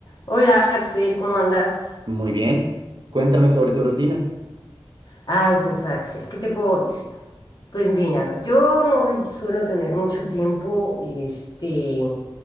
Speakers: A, on the left; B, on the right.
A: Hola Axel, ¿cómo andas?
B: Muy bien. Cuéntame sobre tu rutina.
A: Ay, pues Axel, ¿qué te puedo decir? Pues mira, yo no suelo tener mucho tiempo, este,